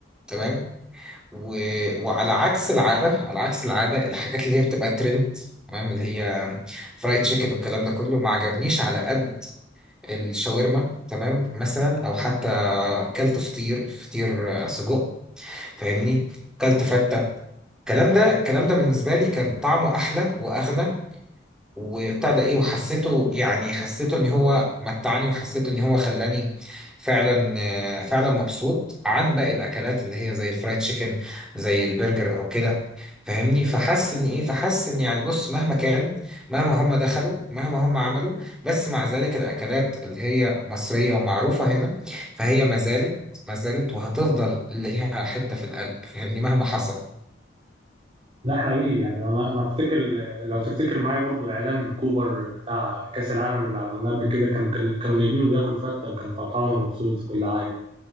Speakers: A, in the centre; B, on the right.
A: تمام و... وعلى عكس العاده على عكس العاده الحاجات اللي هي بتبقى ترند تمام اللي هي فرايد تشيكن والكلام ده كله ما عجبنيش على قد الشاورما تمام مثلا او حتى كلت فطير فطير آه، سجق فاهمني كلت فته الكلام ده الكلام ده بالنسبه لي كان طعمه احلى واغنى وابتدى ايه وحسيته يعني حسيته ان هو متعني وحسيته ان هو خلاني فعلا آه، فعلا مبسوط عن باقي الاكلات اللي هي زي الفرايد تشيكن زي البرجر او كده فاهمني فحس ان ايه فحس ان يعني بص مهما كان مهما هم دخلوا مهما هم عملوا بس مع ذلك الاكلات اللي هي مصرية ومعروفة هنا فهي ما زالت ما زالت وهتفضل ليها حتة في القلب فاهمني مهما حصل
B: ده حقيقي يعني انا انا افتكر لو تفتكر معايا برضو اعلان كوبر بتاع كاس العالم اللي عملناه قبل كده كانوا كانوا كانوا جايبينه بياكل فته وكان فرحان ومبسوط وكل حاجه